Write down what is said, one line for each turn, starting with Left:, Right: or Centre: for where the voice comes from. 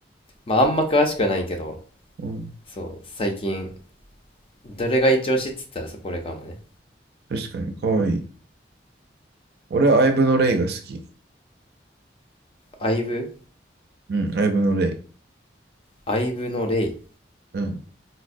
Left: まああんま詳しくはないけど
Right: うん
Left: そう最近どれが一押しっつったらそこれかもね
Right: 確かに、可愛い。俺はアイブのレイが好き。
Left: アイブ
Right: うん、アイブのレイ。
Left: アイブのレイへ
Right: うん。